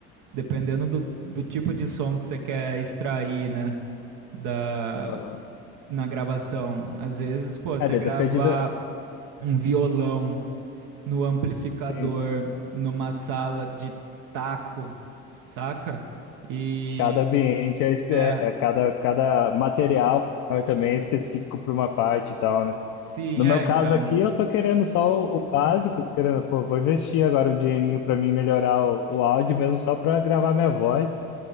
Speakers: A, on the right; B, on the left.
A: dependendo do, do tipo de som que você quer extrair, né, da,
B: Aham.
A: na gravação. Às vezes, pô,
B: É,
A: você
B: de-
A: gravar
B: depende da,
A: um violão no amplificador,
B: sim,
A: numa sala de taco, saca? E,
B: cada ambiente é, espe-
A: é,
B: é, é cada, cada material também é específico para uma parte e tal, né?
A: sim,
B: No
A: é,
B: meu caso
A: então.
B: aqui, eu tô querendo só o, o básico, querendo, pô, vou investir agora um dinheirinho para mim melhorar o, o áudio mesmo só para gravar minha voz.